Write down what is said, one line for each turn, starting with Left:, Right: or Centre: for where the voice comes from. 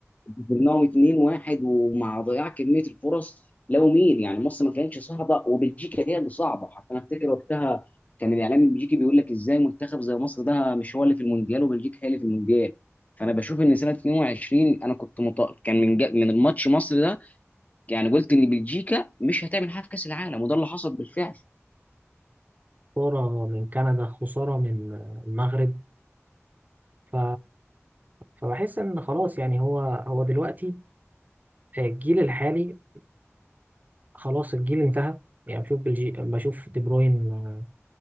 Left: كسبناهم 2-1 ومع ضياع كميه الفرص لو مين يعني مصر ما كانتش صعبه وبلجيكا هي اللي صعبه حتى انا افتكر وقتها كان الاعلام البلجيكي بيقول لك ازاي منتخب زي مصر ده مش هو اللي في المونديال وبلجيكا هي اللي في المونديال فانا بشوف ان سنه 22 انا كنت مط... كان من ج... من الماتش مصر ده يعني قلت ان بلجيكا مش هتعمل حاجه في كاس العالم وده اللي حصل بالفعل
Right: خسارة من كندا خسارة من المغرب ف... فبحس ان خلاص يعني هو هو دلوقتي الجيل الحالي خلاص الجيل انتهى يعني بشوف بلجي... بشوف دي بروين آه،